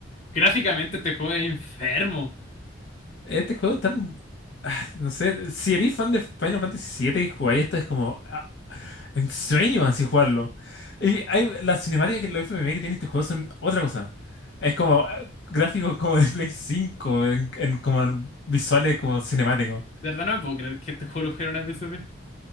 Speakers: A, on the left (about 35°); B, on the left (about 65°).
A: gráficamente este juego es enfermo.
B: Este juego es tan, no sé, si eres fan de Final Fantasy VII y jugáis esto es como ah, un sueño así jugarlo. Y hay, las cinemáticas que los FMV que tiene este juego son otra cosa. Es como ah, gráficos como de Play 5 en, en como en visuales como cinemáticos.
A: De verdad no me puedo creer que este juego lo fuera una PSP.